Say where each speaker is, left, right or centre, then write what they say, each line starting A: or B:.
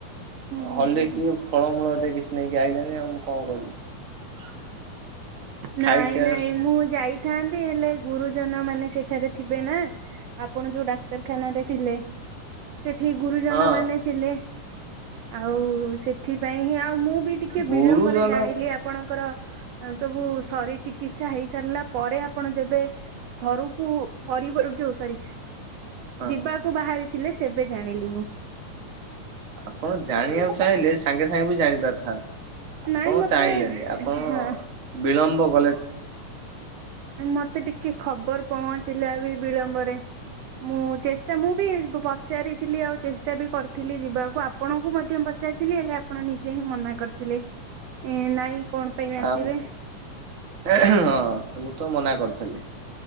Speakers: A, on the right; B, on the right.
A: ହୁଁ
B: ହର୍ଲିକ୍ସ,
A: ହୁଁ
B: ଫଳମୂଳ ଟିକେ କିଛି ନେଇକି ଆଇଲେନି ଆଉ ମୁଁ କଣ କରିବି। ଖାଇକି
A: ନାଇଁ
B: ଆସ
A: ନାଇଁ, ମୁଁ ଯାଇଥାନ୍ତି ହେଲେ ଗୁରୁଜନମାନେ ସେଠାରେ ଥିବେ ନା, ଆପଣ ଯୋଉ ଡାକ୍ତରଖାନାରେ ଥିଲେ ସେଠି ଗୁରୁଜନମାନେ
B: ହଁ
A: ଥିଲେ, ଆଉ ସେ ସେଥିପାଇଁ ହିଁ, ଆଉ ମୁଁ ବି ଟିକେ
B: ଗୁରୁଜନ
A: ବିଳମ୍ବରେ ଜାଣିଲି ଆପଣଙ୍କର ସବୁ ସରି ଚିକିତ୍ସା ହେଇ ସାରିଲା ପରେ ଆପଣ ଯେବେ ଘରକୁ ପରିବ ଯୋଉ ସରି
B: ହଁ
A: ଯିବାକୁ ବାହାରିଥିଲେ ସେବେ ଜାଣିଲି ମୁଁ।
B: ଆପଣ ଜାଣିଆକୁ ଚାହିଁଲେ ସାଙ୍ଗେ ସାଙ୍ଗେ ବି ଜାଣି ପାରିଥାନ୍ତେ। ଆପଣ
A: ନାଇଁ ମତେ
B: ଚାହିଁଲେନି
A: ଏ
B: ଆପଣ
A: ହଁ।
B: ବିଳମ୍ବ କଲେ।
A: ମତେ ଟିକେ ଖବର ପହଞ୍ଚିଲା ବି ବିଳମ୍ବରେ। ମୁଁ ଚେଷ୍ଟା ମୁଁ ବି ପ-ପଚାରିଥିଲି ଆଉ ଚେଷ୍ଟା ବି କରିଥିଲି ଯିବାକୁ ଆପଣଙ୍କୁ ମଧ୍ୟ ପଚା ପଚାରିଥିଲି ହେଲେ ଆପଣ ନିଜେ ହିଁ ମନା କରିଥିଲେ। ଏଁ ନାଇଁ କଣ ପାଇଁ ଆସିବେ
B: ଆଉ ଆଁ ହଁ ମୁଁ ତ ମନା କରିଥିଲି